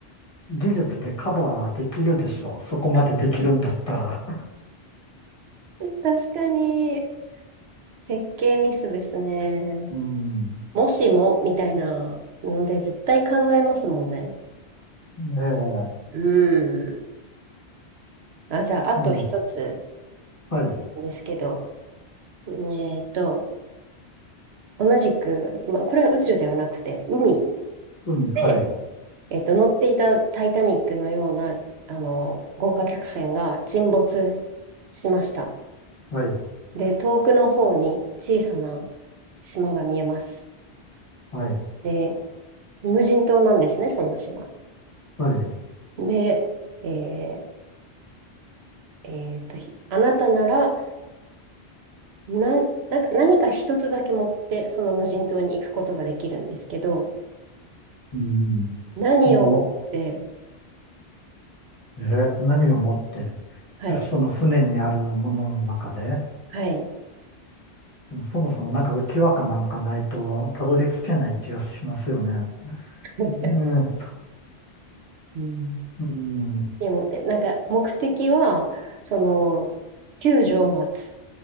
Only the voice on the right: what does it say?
<laughs> 確かに、設計ミスですね。
もしも、みたいなので、絶対考えますもんね。
うん。あ、じゃあ、あと一つ
ですけど、えっと、同じく、まあ、これは宇宙ではなくて、海
で、
えっと、乗っていたタイタニックのような、あの、豪華客船が沈没しました。
で、遠くの方に小さな島が見えます。
で、無人島なんですね、その島。
で、えーえーっと、ひあなたなら、な、なんか何か一つだけ持って、その無人島に行くことができるんですけど、
何を持って、
はい、
はい。
<laughs>
うん。
何を持って、なんか目的は、その、救助を待つ。